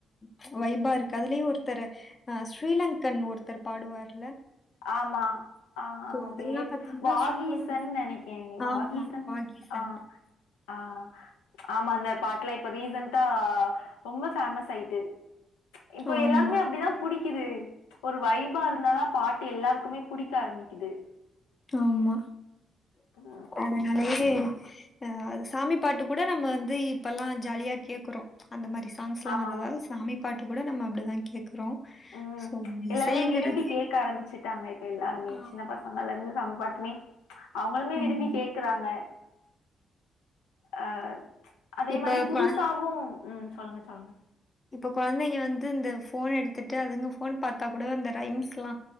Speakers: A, on the left; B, on the left.
A: ச்ச வைப்பா இருக்கு அதுலயு ஒருத்தரு ஆ ஸ்ரீலங்கன் ஒருத்தர் பாடுவார்
B: ஆமா ஆ அவுங்க
A: அதெல்லாம்
B: பேரு
A: பார்த்தீங்கன்னா
B: வாகீசன்
A: சூப்பரா இருக்கும்.
B: நெனைக்கேவே
A: ஆமா
B: வாகிசன்
A: வாகீசன்
B: ஆ ஆ ச்ச ஆமா அந்த பாட் ல இப்ப ரீசன்டா ரொம்ப பேமஸ் ஆயிட்டு ச்ச இப்போ
A: ஆமா
B: எல்லார்க்குமே அப்டிதா புடி த்து ச்ச ஒரு வைப்பா இருந்தா தா பாட் தி எல்லாருக்குமே புடிக்க ஆரம்பிக்குது
A: ஆமா
B: ம்.
A: அதனாலயே அ அது சாமி பாட்டுக் கூட நம்ம வந்து இப்பல்லா ஜாலியா கேக்குறோ அந்த மாரி சாங்ஸ்லா
B: ஆமாமா.
A: வந்ததாக சாமி பாட்டு கூட நம்ம அப்டி தா கேக் கறோ
B: ம்.
A: சோ
B: எல்லாருமே
A: இசைங்கிறது
B: விரும்பி கேக்க ஆரம்பிச்சுட்டாங்க இப்ப எல்லாருமே
A: ஆமா
B: சின்ன பசங்கல்லருந்து சாமி பாட்டு மே அவங்களுமே விரும்பி
A: ஆமா
B: கேக்கறாங்க அஹ் அதே
A: இப்ப
B: மாரி புதுசாவு
A: குழ-
B: ம் சொல்லுங்க சொல்லுங்க
A: இப்ப கொழந்தைங்க வந்து இந்த ஃபோன் எடுத்துட்டு அதுங்க ஃபோன் பாத்தா கூட அந்த ரைம்ஸ்ல்லா